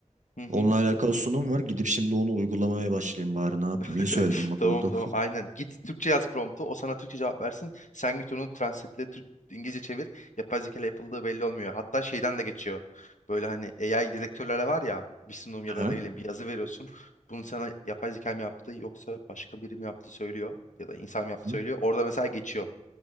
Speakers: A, on the left; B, on the right.
A: Hı hı.
B: Onunla alakalı sunum var. Gidip şimdi onu uygulamaya başlayayım bari ne yapayım.
A: <laughs>
B: İyi söyledim bak
A: Tamam
B: oldu.
A: tamam aynen. Git Türkçe yaz promptu. O sana Türkçe cevap versin. Sen git onu translate'le Türk İngilizce çevir. Yapay zeka ile yapıldığı belli olmuyor. Hatta şeyden de geçiyor. Böyle hani AI dedektörlere var ya bir sunum ya
B: Aha.
A: da ne bileyim bir yazı veriyorsun. Bunu sana yapay zeka mı yaptı yoksa başka biri mi yaptı söylüyor. Ya da insan mı yaptı
B: Hı.
A: söylüyor. Orada mesela geçiyor.